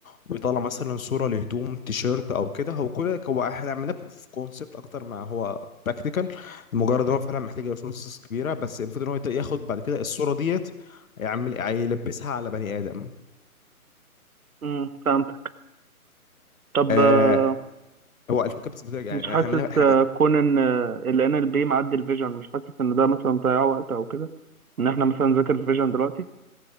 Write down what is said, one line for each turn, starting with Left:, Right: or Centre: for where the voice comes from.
Left: ويطلع مثلا صورة لهدوم تيشيرت أو كده هو كل هو احنا عملنا بروف اوف كونسبت أكتر ما هو براكتيكال لمجرد إن هو فعلا محتاج ريسورسز كبيرة بس المفروض إن هو يت- ياخد بعد كده الصورة ديت يعمل يلبسها على بني آدم
Right: امم فهمت طب
Left: آه
Right: آه،
Left: هو الفكرة بس بترجع
Right: مش
Left: يعني
Right: حاسس
Left: احنا عملنا-
Right: آه، كون ان آه، ال NLP معدي الفيجن مش حاسس ان ده مثلا ضياع وقت او كده ان احنا مثلا نذاكر فيجن دلوقتي